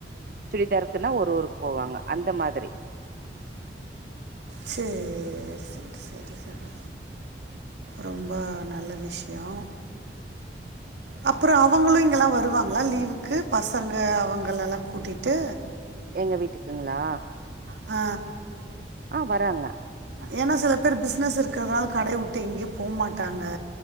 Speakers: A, on the right; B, on the right.
A: சுடிதாருக்குன்னா ஒரு ஊருக் போவாங்க அந்த மாதிரி
B: சேர் செரி செரி செரி ரொம்ப நல்ல விஷ்யோ அப்றோ அவுங்களு இங்கெல்லா வருவாங்ளா லீவுக்கு பசங்க அவுங்கலெல்லா கூட்டிட்டு
A: எங்க வீட்டுக்குங்ளா
B: ஆ
A: ஆ வறாங்க
B: ஏனா சில பேர் பிஸ்னஸ் இருக்கறத்னால கடை வுட்டு எங்கியு போ மாட்டாங்க